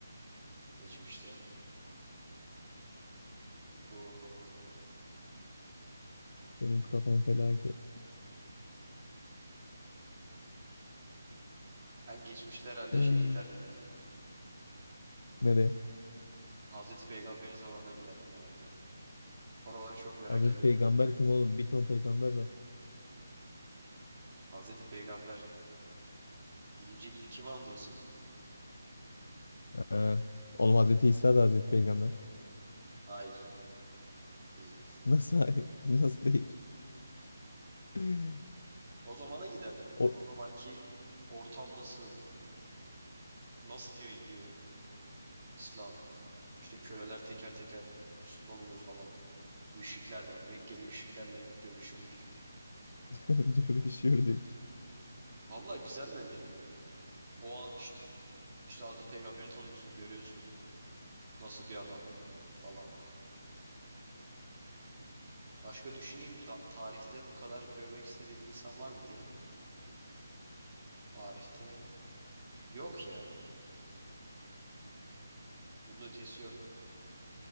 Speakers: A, on the right (about 20°); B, on the left (about 50°).
A: Geçmişte. Oo.
B: Benim kafam felaket.
A: Ben geçmişte herhalde
B: Ee,
A: şey giderdim ya.
B: nereye?
A: Hazreti Peygamber'in zamanına giderdim herhalde. Oraları çok merak
B: Hazreti
A: ederim.
B: Peygamber kim oğlum? Bir ton peygamber var.
A: Hazreti Peygamber deyince ilk kimi anlıyorsun?
B: Ha. Oğlum Hazreti İsa da Hazreti Peygamber.
A: Hayır, değil.
B: <laughs> Nasıl hayır? Nasıl değil? <laughs>
A: O zamana giderdim.
B: O
A: O zamanki ortam nasıl? Nasıl yayılıyor İslam? İşte köleler teker teker Müslüman oluyor falan. Müşrikler var. Mekkeli müşriklerle dövüşürdük.
B: <laughs> dövüşürdük.
A: Vallahi güzel bence. O an işte işte Hazreti Peygamber'i tanıyorsun, görüyorsun. Nasıl bir adam falan. Başka düşüneyim da, tarihte bu kadar görmek istediğim insan var mı diye. Tarihte yok ya. Bunun ötesi yok.